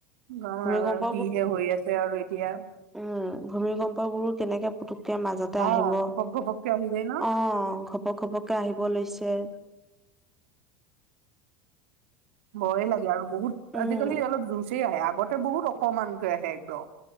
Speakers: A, on the right; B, in the centre.
A: গম
B: ভূমিকম্প
A: আৰু আৰু কিহে হৈ আছে আৰু এতিয়া।
B: উমঁ' ভূমিকম্প বোৰো কেনেকে পুতুককে মাজতে আহিব,
A: অ ঘপক ঘপককে আহি যায় ন
B: অঁ' ঘপক-ঘপককে আহিব লৈছে।
A: ভয়ে লাগে আৰু বহুত
B: উম
A: আজিকালি অলপ জোৰছেই আহে, আগতে বহুত অকমানকৈ আহে একদম।